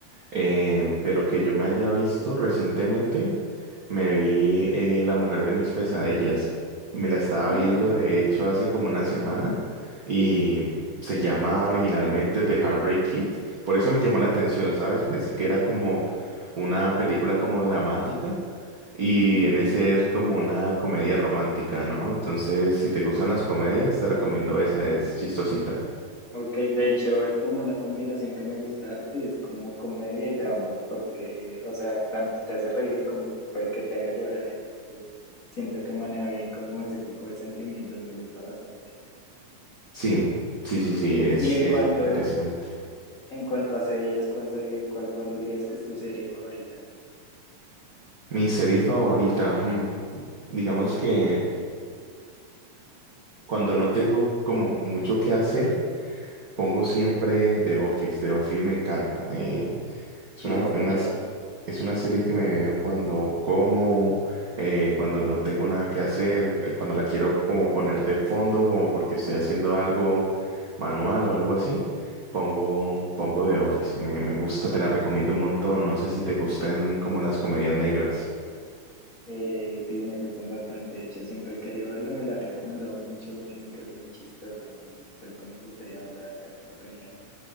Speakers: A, on the right; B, on the left.
A: Eh, pero que yo me haya visto recientemente, me vi eh, La mujer de mis pesadillas. Me la estaba
B: Mm,
A: viendo, de hecho, hace como una semana y se llama originalmente The Heartbreak Kid. Por eso me llamó la atención, ¿sabes? Pensé que era como una película como dramática y
B: ujú.
A: viene a ser como una comedia romántica, ¿no? Entonces, si te gustan las comedias, te recomiendo esa, es chistosita.
B: Ok, de hecho es como una combinación que me gusta harto y es como comedia y drama, porque, o sea, tanto te hace reír como puede que te haga llorar, entonces siento que maneja bien como ese tipo de sentimientos, me gusta bastante.
A: Sí, sí, sí, sí, es,
B: Y en
A: es
B: cuanto,
A: interesante.
B: en cuanto a series, ¿cuál serie, cuál, cuál dirías que es tu serie favorita?
A: Mi serie favorita, hmm, digamos que cuando no tengo como mucho que hacer, pongo siempre The Office. The Office me encanta. eh, es
B: Si
A: una,
B: la he
A: fa-
B: escuchado,
A: una s- es una serie que me veo cuando como, eh, cuando no tengo nada que hacer, eh, cuando la quiero como poner de fondo, como porque estoy haciendo algo manual o algo así. Pongo, pongo The Office. Me, me gusta, te la recomiendo un montón. No sé si te gusten como las comedias negras.
B: eh, sí, me gustan bastante, de hecho siempre he querido verla, me la han recomendado mucho porque dicen que es muy chistosa, entonces creo que me gustaría verla, darle oportunidad.